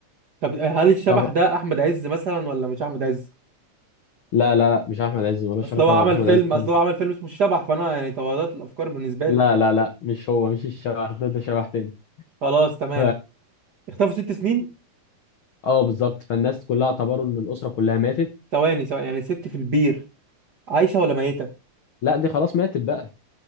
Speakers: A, on the right (about 45°); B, on the left (about 70°).
A: طب هل الشبح
B: طب
A: ده احمد عز مثلا ولا مش احمد عز
B: لا لا لا مش أحمد عز ملوش
A: اصل
B: علاقة
A: هو عمل
B: بأحمد
A: فيلم
B: عز
A: اصل
B: خالص
A: هو عمل فيلم اسمه الشبح فانا يعني توضحت الافكار بالنسبه
B: لا
A: لي
B: لا لا مش هو مش الشبح ده ده شبح تاني
A: خلاص تمام
B: ف...
A: اختفوا ست سنين
B: اه بالظبط فالناس كلها اعتبروا ان الأسرة كلها ماتت
A: ثواني ثواني يعني ست في البير عايشة ولا ميتة
B: لا دي خلاص ماتت بقى